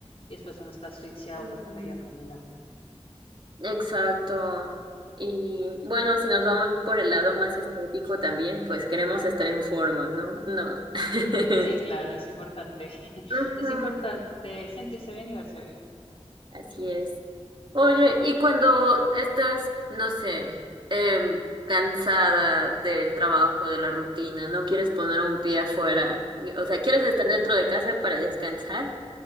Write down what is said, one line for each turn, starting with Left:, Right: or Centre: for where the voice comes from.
Left: y después uno está asfixiado
Right: Ujú.
Left: porque medio caminó.
Right: Exacto. Y bueno, si nos vamos por el lado más estético también, pues queremos estar en forma, ¿no? No. <laughs>
Left: Sí, claro, es importante. <laughs>
Right: Ujú,
Left: Es importante sentirse bien y verse bien.
Right: Así es. Oye, y cuando estás, no sé, em, cansada del trabajo, de la rutina, no quieres poner un pie afuera, o sea, quieres estar dentro de casa para descansar,